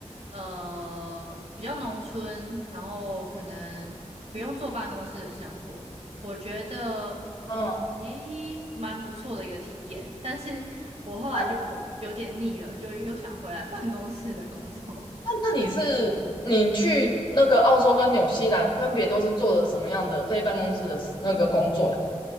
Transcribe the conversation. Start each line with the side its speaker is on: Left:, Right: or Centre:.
Right: 呃比较农村，然后可能不用坐办公室的生活，我觉得
Left: 嗯，
Right: 诶蛮不错的一个体验，但是我后来就有点腻了，
Left: 那
Right: 就又想回来办公室的工作。
Left: 那那你是你去那个澳洲跟纽西兰，分别都是做了什么样的非办公室的那个工作呀？